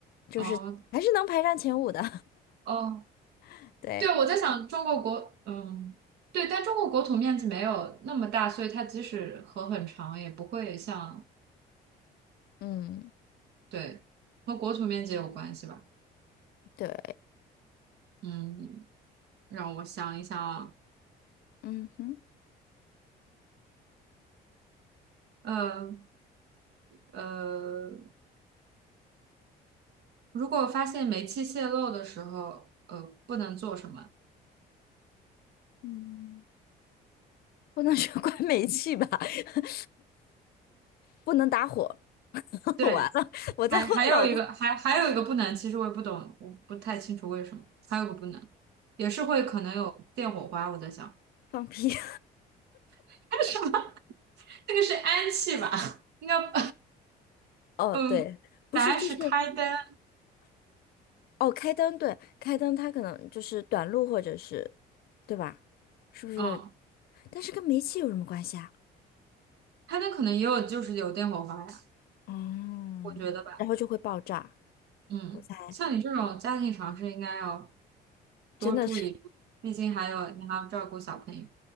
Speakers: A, on the left; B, on the right.
A: 就是还是能排上前五的。
B: 哦哦，
A: <laughs> 对，
B: 对，我在想中国国，嗯，对，但中国国土面积没有那么大，所以它即使河很长，也不会像，
A: 嗯，
B: 对，和国土面积有关系吧？
A: 对，
B: 嗯，让我想一想啊，
A: 嗯哼，
B: 呃呃，如果发现煤气泄漏的时候，呃，不能做什么？
A: 嗯，不能说关煤气吧，<laughs> 不能打火，<laughs>
B: 对，
A: 完了，我在我脑子
B: 还还有一个，还还有一个不能，其实我也不懂，我不太清楚为什么，还有一个不能，也是会可能有电火花，我在想，
A: 放屁。
B: <laughs> 什么，<laughs> 那个是氨气吧？应该不。
A: <laughs> 哦，
B: 嗯，
A: 对，不是，
B: 答案是开灯。
A: 就是。哦，开灯，对，开灯，它可能就是短路或者是，对吧？是不是？
B: 嗯，
A: 但是跟煤气有什么关系啊？
B: 开灯可能也有，就是有电火花呀，
A: 嗯，
B: 我觉得吧。
A: 然后就会爆炸，
B: 嗯，
A: 我猜，
B: 像你这种家庭常识，应该要多注意注意毕竟还有你还要照顾小朋友。
A: 真的是，